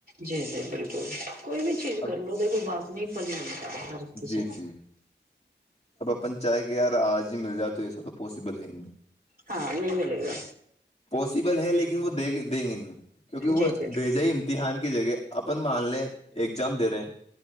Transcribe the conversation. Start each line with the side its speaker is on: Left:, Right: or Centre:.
Right: جی جی بالکل کوئی بھی چیز
Left: اب
Right: کر لو اد کو بعد نہیں پل ملتا اسی
Left: جی جی اب اپن چاہ گ یار آج مل جائے تو ایسا تو پاسبل ہے ہی نہیں
Right: ہاں نہیں ملے گا
Left: پاسبل ہے لیکن وہ دیکھ دیں گے نہیں کیونکہ
Right: جی
Left: وہ
Right: جی
Left: بھیجائی امتحان کی جگہ اپن مان ل اگزام دے رہے ہیں